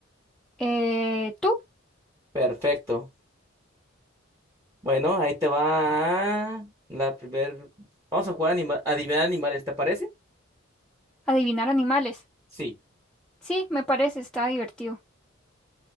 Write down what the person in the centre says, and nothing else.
Eh, ¿tú?
Adivinar animales.
Sí, me parece, está divertido.